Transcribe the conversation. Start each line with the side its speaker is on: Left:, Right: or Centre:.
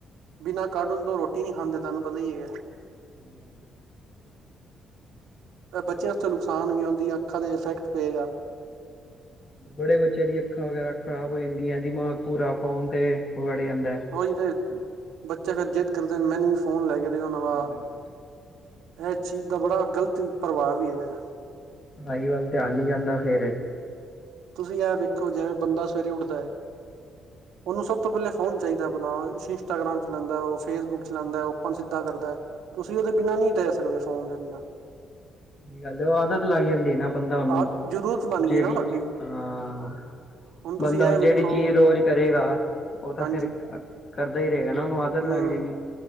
Right: ਬਿਨਾਂ ਕਾਰਟੂਨ ਤੋਂ ਰੋਟੀ ਨਹੀਂ ਖਾਂਦੇ, ਤੁਹਾਨੂੰ ਪਤਾ ਹੀ ਹੈਗਾ।
Left: ਹੈਲੋ।
Right: ਬੱਚਿਆਂ ਨੂੰ ਨੁਕਸਾਨ ਵੀ ਹੁੰਦਾ ਹੈ, ਅੱਖਾਂ ਤੇ ਇਫੈਕਟ ਈ ਪਏਗਾ।
Left: ਬੜੇ ਬੱਚੇ ਦੀਆਂ ਅੱਖਾਂ ਵਗੈਰਾ ਖਰਾਬ ਹੋ ਜਾਂਦੀਆਂ, ਦਿਮਾਗ ਪੂਰਾ ਫੋਨ 'ਤੇ। ਦੇ ਆਂਦਾ।
Right: ਉਹੀ ਤੇ ਬੱਚੇ ਫਿਰ ਜ਼ਿੱਦ ਕਰਦੇ ਨੇ, ਮੈਨੂੰ ਵੀ ਫ਼ੋਨ ਲੈ ਕੇ ਦਿਓ ਨਾ ਨਵਾਂ।
Left: ਪੜ੍ਹਾਈ
Right: ਇਹ ਚੀਜ਼ ਦਾ ਬੜਾ ਗ਼ਲਤ ਪ੍ਰਭਾਵ ਵੀ ਹੈਗਾ।
Left: ਪੜ੍ਹਾਈ ਵੱਲ ਧਿਆਨ ਨਹੀਂ ਜਾਂਦਾ ਫੇਰ।
Right: ਤੁਸੀਂ ਆ ਵੇਖੋ ਜਿਵੇਂ ਬੰਦਾ ਸਵੇਰੇ ਉੱਠਦਾ ਹੈ।
Left: ।
Right: ਉਹਨੂੰ ਸਭ ਤੋਂ ਪਹਿਲਾਂ ਫੋਨ ਚਾਹੀਦਾ। ਆਪਣਾ ਇੰਸਟਾਗ੍ਰਾਮ ਚਲਾਉਂਦਾ, ਫੇਸਬੁੱਕ ਚਲਾਉਂਦਾ, ਓਪਨ ਸਿੱਧਾ ਕਰਦਾ ਹੈ। ਤੁਸੀਂ ਉਹਦੇ ਬਿਨਾਂ ਨਹੀਂ ਰਹਿ ਸਕਦੇ ਫੋਨ ਦੇ ਬਿਨਾ।
Left: ਗੱਲ ਉਹ ਆ, ਆਦਤ ਲੱਗ ਜਾਂਦੀ ਨਾ ਬੰਦਾ ਉਹਨੂੰ
Right: ਆਹ ਜ਼ਰੂਰਤ ਬਣ
Left: ਜਿਹੜੀ।
Right: ਗਈ ਨਾ ਤੁਹਾਡੀ
Left: ਹਾਂ,
Right: ਹੁਣ ਤੁਸੀਂ
Left: ਬੰਦਾ
Right: ਇਹ ਵੇਖੋ
Left: ਜਿਹੜੀ ਚੀਜ਼ ਰੋਜ਼ ਕਰੇਗਾ। ਉਹ ਤਾਂ
Right: ਹਾਂਜੀ
Left: ਫਿਰ ਕਰਦਾ ਹੀ ਰਹੇਗਾ ਨਾ, ਉਹਨੂੰ ਆਦਤ
Right: ਹਮ
Left: ਲੱਗ ਜਾਏਗੀ।